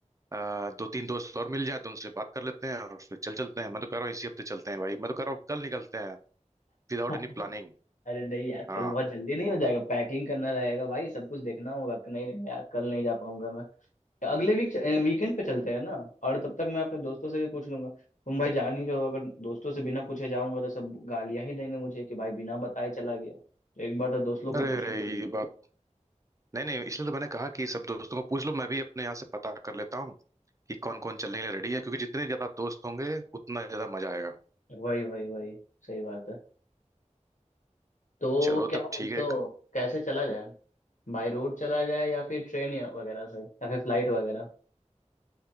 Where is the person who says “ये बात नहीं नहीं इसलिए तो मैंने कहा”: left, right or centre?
Right